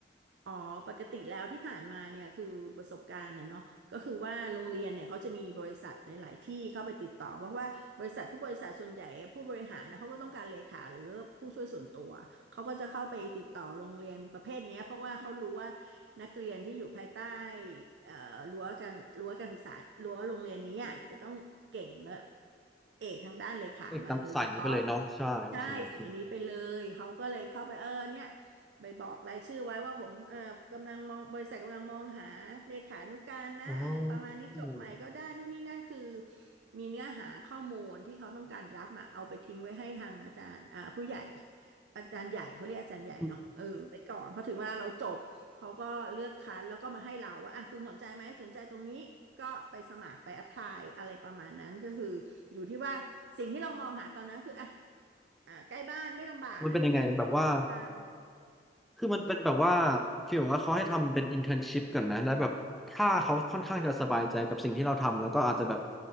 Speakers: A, on the right; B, in the centre.
A: อ๋อปกติแล้วที่ผ่านมาเนี่ยคือประสบการณ์นะเนาะก็คือว่าโรงเรียนเนี่ยเขาจะมีบริษัทหลายๆที่เข้าไปติดต่อเพราะว่าบริษัททุกบริษัทส่วนใหญ่ผู้บริหารนะเขาก็ต้องการเลขาหรือผู้ช่วยส่วนตัวเขาก็จะเข้าไปติดต่อโรงเรียนประเภทเนี้ยเพราะว่าเขารู้ว่านักเรียนที่อยู่ภายใต้เอ่อรั้วการรั้วการศึกษารั้วโรงเรียนนี้อะจะต้องเก่งและเอกทางด้านเลขามาโดยเฉพาะ
B: เอ้ยตามสายนี้ไปเลยเนาะใช่โอเคโอเค
A: ใช่สายนี้ไปเลยเขาก็เลยเข้าไปเออเนี่ย ไปบอกรายชื่อไว้ว่าผมเอ่อกำลังมองบริษัทกำลังมองหาเลขานุการนะเออประมาณนี้จบใหม่ก็ได้นู่นนี่นั่นคือ
B: อ๋ออ
A: มีเนื้อหาข้อมูลที่เขาต้องการรับมาเอาไปทิ้งไว้ให้ทางอาจารย์อ่าผู้ใหญ่อาจารย์ใหญ่เขาเรียกอาจารย์ใหญ่เนาะเออไปก่อนพอถึงเวลาเราจบเขาก็เลือกคัดแล้วก็มาให้เราว่าอ่ะคุณสนใจไหมสนใจตรงนี้ก็ไปสมัครไปแอพพลายอะไรประมาณนั้นก็คืออยู่ที่ว่าสิ่งที่เรามองหาตอนนั้นคืออ่ะ
B: ืม
A: อ่ะใกล้บ้านไม่ลำบากนะในการที่ต้องเดินทาง
B: มันเป็นยังไงแบบว่า คือมันเป็นแบบว่าฟีลแบบว่าเขาให้ทำเป็นอินเท n ร์นชิพก่อนนะแล้วแบบถ้าเขาค่อนข้างจะสบายใจกับสิ่งที่เราทำแล้วก็อาจจะแบบ